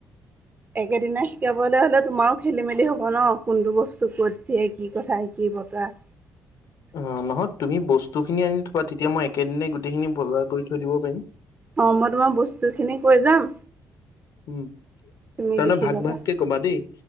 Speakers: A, on the right; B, on the left.
A: একেদিনা শিকাবলে হ'লে তোমাৰো খেলি মেলি হব ন কোনটো বস্তু ক'ত- হে কি কথা কি বতৰা-
B: অ নহয় তুমি বস্তুখিনি আনি থবা তেতিয়া মই একেদিন গোটেইখিনি বজাৰ কৰি থৈ দিব পাৰিম।
A: অ মই তোমাৰ বস্তু খিনি কৈ যাম।
B: উম
A: তুমি
B: তাৰমানে
A: লিখি
B: ভাগ
A: যাবা
B: ভাগকে কবা দেই